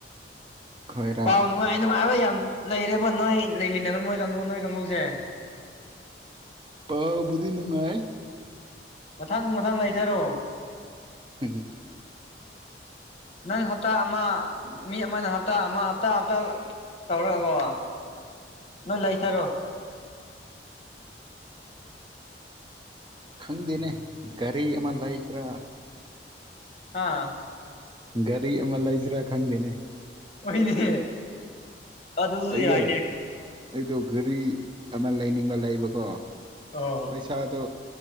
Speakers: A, on the right; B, on the left.
A: ꯈꯣꯏꯔꯥ
B: ꯄꯥꯎ ꯅꯨꯡꯉꯥꯏ ꯅꯨꯡꯉꯥꯏꯕ ꯌꯥꯝ ꯂꯩꯔꯦꯕ ꯅꯣꯏ ꯂꯩꯃꯤꯟꯅꯕ ꯅꯣꯏ ꯀꯥꯡꯕꯨ ꯅꯣꯏ ꯀꯥꯡꯒꯨꯁꯦ
A: ꯑꯕꯨꯗꯤ ꯅꯨꯡꯉꯥꯏ
B: ꯃꯊꯪ ꯃꯊꯪ ꯂꯩꯅꯥꯊꯔꯣꯑꯣ
A: ꯍꯝ
B: ꯅꯪ ꯍꯞꯇꯥ ꯑꯃ ꯃꯤ ꯑꯃꯅ ꯍꯞꯇꯥ ꯑꯃ ꯍꯞꯇꯥ ꯍꯞꯇꯥ ꯇꯧꯔꯛꯑꯕꯣ ꯅꯣꯏ ꯂꯩꯊꯔꯣ
A: ꯈꯪꯗꯦꯅꯦ ꯒꯥꯔꯤ ꯑꯃ ꯂꯩꯁꯤꯔꯥ
B: ꯑꯥ
A: ꯒꯥꯔꯤ ꯑꯃ ꯂꯩ ꯏꯆꯔꯥ ꯈꯪꯗꯦꯅꯦ
B: ꯍꯅꯦ ꯑꯗꯨꯁꯨ
A: ꯑꯩꯗꯣ
B: ꯌꯥꯏꯅꯦ
A: ꯑꯩꯗꯣ ꯘꯔꯤ ꯑꯃ ꯂꯩꯅꯤꯡꯕ ꯂꯩꯕꯀꯣ
B: ꯑꯣ
A: ꯄꯩꯁꯥꯗ